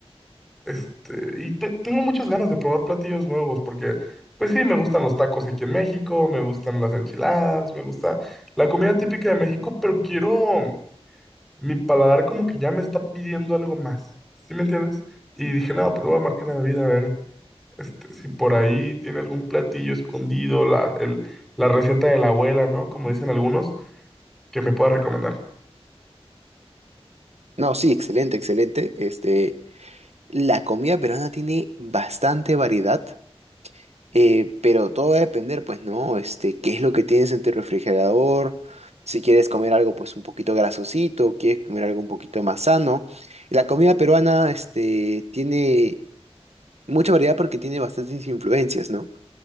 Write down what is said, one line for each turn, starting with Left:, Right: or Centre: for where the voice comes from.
Centre: este, y te- tengo muchas ganas de probar platillos nuevos, porque, pues sí, me gustan los tacos aquí en México, me gustan las enchiladas, me gusta la comida típica de México, pero quiero, mi paladar como que ya me está pidiendo algo más. ¿Sí me entiendes? Y dije, no, pues le voy a marcar a David a ver. Este, si por ahí tiene algún platillo escondido, la, el- la receta de la abuela, ¿no? Como dicen algunos, que me pueda recomendar.
Right: No, sí, excelente, excelente. Este, la comida peruana tiene bastante variedad, eh, pero todo va a depender, pues, ¿no? Este, qué es lo que tienes en tu refrigerador, si quieres comer algo, pues, un poquito grasosito, quieres comer algo un poquito más sano. La comida peruana, este, tiene mucha variedad porque tiene bastantes influencias, ¿no?